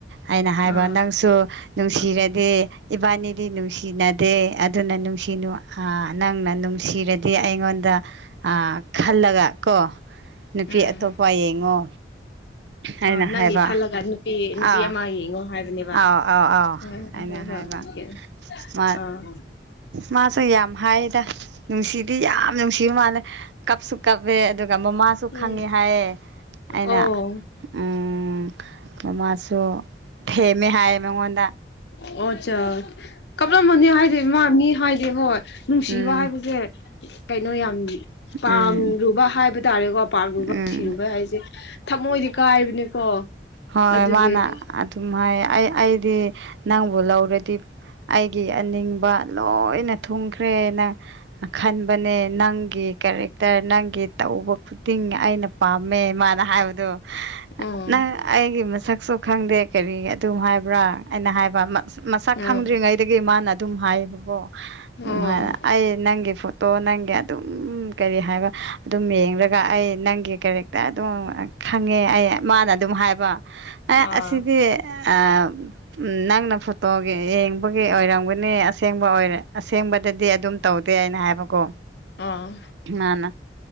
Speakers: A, on the right (about 80°); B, on the left (about 75°).
A: ꯑꯩꯅ ꯍꯥꯏꯕ
B: ꯑꯥ
A: ꯅꯪꯁꯨ ꯅꯨꯡꯁꯤꯔꯗꯤ
B: ꯑꯥ
A: ꯏꯕꯥꯅꯤꯗꯤ ꯅꯨꯡꯁꯤꯅꯗꯦ ꯑꯗꯨꯅ ꯅꯨꯡꯁꯤꯅꯨ ꯅꯪꯅ ꯅꯨꯡꯁꯤꯔꯗꯤ ꯑꯩꯉꯣꯟꯗ ꯈꯜꯂꯒ ꯀꯣ ꯅꯨꯄꯤ
B: ꯎꯝ
A: ꯑꯇꯣꯞꯄ ꯌꯦꯡꯉꯣ ꯑꯩꯅ
B: ꯑ ꯅꯪꯒꯤ
A: ꯍꯥꯏꯕ
B: ꯈꯜꯂꯒ ꯅꯨꯄꯤ ꯅꯨꯄꯤ
A: ꯑꯥ
B: ꯑꯃ ꯌꯦꯡꯉꯣ ꯍꯥꯏꯕꯅꯦꯕ
A: ꯑꯥꯎ ꯑꯥꯎ ꯑꯥꯎ
B: ꯍꯣꯏ ꯍꯣꯏ
A: ꯑꯩꯅ
B: ꯍꯣꯏ ꯍꯣꯏ
A: ꯍꯥꯏꯕ ꯃꯥ
B: ꯑꯥ
A: ꯃꯥꯁꯨ ꯌꯥꯝ ꯍꯥꯏꯗ ꯅꯨꯡꯁꯤꯗꯤ ꯌꯥꯝ ꯅꯨꯡꯁꯤꯕ ꯃꯥꯅꯦ ꯀꯞꯁꯨ ꯀꯞꯑꯦ ꯑꯗꯨꯒ ꯃꯃꯥꯁꯨ
B: ꯎꯝ
A: ꯈꯪꯉꯦ ꯍꯥꯏꯌꯦ ꯑꯩꯅ
B: ꯑꯣ
A: ꯎꯝ ꯃꯥꯁꯨ ꯊꯦꯝꯃꯦ ꯍꯥꯏꯌꯦ ꯃꯉꯣꯟꯗ
B: ꯑꯣ ꯑꯠꯆꯥ ꯀꯞꯂꯝꯝꯕꯅꯤ ꯍꯥꯏꯗꯤꯦ ꯃꯥ ꯃꯤ ꯍꯥꯏꯗꯤꯦ ꯍꯣꯏ ꯅꯨꯡꯁꯤꯕ
A: ꯎꯝ
B: ꯍꯥꯏꯕꯁꯦ ꯀꯩꯅꯣ ꯌꯥꯝ ꯄꯥꯝꯔꯨꯕ
A: ꯎꯝ
B: ꯍꯥꯏꯕ ꯇꯥꯔꯦꯀꯣ ꯄꯥꯝꯂꯨꯕ
A: ꯎꯝ
B: ꯁꯤꯔꯨꯕ ꯍꯥꯏꯁꯦ ꯊꯃꯣꯏꯗꯤ ꯀꯥꯏꯕꯅꯦꯀꯣ
A: ꯍꯣꯏ
B: ꯑꯗꯨꯒꯤꯅꯦ
A: ꯃꯥꯅ ꯑꯗꯨꯝ ꯍꯥꯏ ꯑꯩ ꯑꯩꯗꯤ ꯅꯪꯕꯨ ꯂꯧꯔꯗꯤ ꯑꯩꯒꯤ ꯑꯅꯤꯡꯕ ꯂꯣꯏꯅ ꯊꯨꯡꯈ꯭ꯔꯦꯅ ꯈꯟꯕꯅꯦ ꯅꯪꯒꯤ ꯀꯦꯔꯦꯛꯇꯔ ꯅꯪꯒꯤ ꯇꯧꯕ ꯈꯨꯇꯤꯡ ꯑꯩꯅ ꯄꯥꯝꯃꯦ ꯏꯃꯥꯅ ꯍꯥꯏꯕꯗꯣ
B: ꯎꯝ
A: ꯅꯪ ꯑꯩꯒꯤ ꯃꯁꯛꯁꯨ ꯈꯪꯗꯦ ꯀꯔꯤ ꯑꯗꯨꯝ ꯍꯥꯏꯕ꯭ꯔꯥ ꯑꯩꯅ ꯍꯥꯏꯕ ꯃꯁꯛ
B: ꯎꯝ
A: ꯈꯪꯗ꯭ꯔꯤꯉꯩ ꯑꯗꯒꯤ ꯃꯥꯅ ꯑꯗꯨꯝ ꯍꯥꯏꯌꯦꯕꯀꯣ
B: ꯎꯝ
A: ꯑꯗꯨꯝ ꯍꯥꯏꯅ ꯑꯩ ꯅꯪꯒꯤ ꯐꯨꯠ ꯇꯣ ꯅꯪꯒꯤ ꯑꯗꯨꯝ ꯀꯔꯤ ꯍꯥꯏꯕ ꯑꯗꯨꯝ ꯌꯦꯡꯂꯡꯒ ꯑꯩ ꯅꯪꯒꯤ ꯀ ꯍꯦꯛꯇ ꯑꯗꯨꯝ ꯈꯪꯉꯦ ꯑꯩ ꯃꯥꯅ ꯑꯗꯨꯝ ꯍꯥꯏꯕ ꯑꯦ
B: ꯑꯥ
A: ꯑꯁꯤꯗꯤ ꯑ ꯎꯝ ꯅꯪꯅ ꯐꯣꯇꯣꯒꯤ ꯌꯦꯡꯕꯒꯤ ꯑꯣꯏꯔꯝꯒꯅꯤ ꯑꯁꯦꯡꯕ ꯑꯣꯏꯔ ꯑꯁꯦꯡꯕꯗꯗꯤ ꯑꯗꯨꯝ ꯇꯧꯗꯦ ꯑꯅ ꯍꯥꯏꯕꯀꯣ
B: ꯑꯥ
A: ꯃꯥꯅ